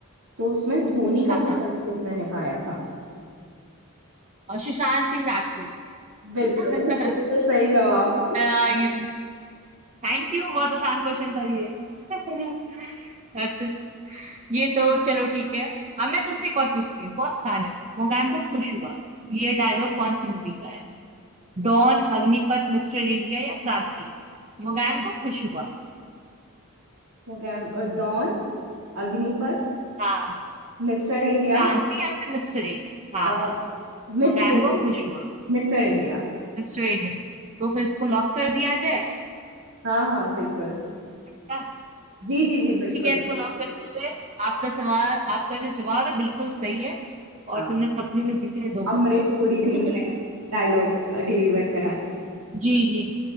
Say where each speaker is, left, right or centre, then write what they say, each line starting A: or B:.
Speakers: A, on the right (about 75°); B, on the right (about 30°).
A: तो उसमें धोनी का
B: हाँ
A: किरदार
B: हाँ
A: किसने निभाया था
B: और सुशांत सिंह राजपूत
A: बिल्कुल
B: <laughs>
A: बिल्कुल सही जवाब
B: अ, ये थैंक यू बहुत आसान क्वेश्चन था ये <laughs> अच्छा ये तो चलो ठीक है अब मैं तुमसे एक और पूछती हूँ बहुत आसान है मोगैम्बो खुश हुआ ये डायलॉग कौन सी मूवी का डॉन अग्निपथ मिस्टर इंडिया या क्रांति मोगैम्बो खुश हुआ
A: हो गया अ, डॉन अग्निपथ
B: हाँ
A: मिस्टर इंडिया
B: क्रांति या फिर मिस्टर इंडिया हाँ
A: अ,
B: हाँ
A: मिस्टर
B: मोगैम्बो
A: इंडिया
B: खुश हुआ
A: Mister India
B: मिस्टर इंडिया तो फिर इसको लॉक कर दिया जाए
A: हाँ हाँ बिल्कुल
B: क्या?
A: जी जी
B: तो
A: जी बिल्कुल
B: ठीक है इसको लॉक करते हुए आपका सवाल आपका जो जवाब है बिल्कुल सही है और
A: हाँ
B: तुमने सपने में जीते दो
A: अमरीश
B: करोड़
A: पुरी जी ने
B: <laughs>
A: डायलॉग डिलीवर करा था
B: जी जी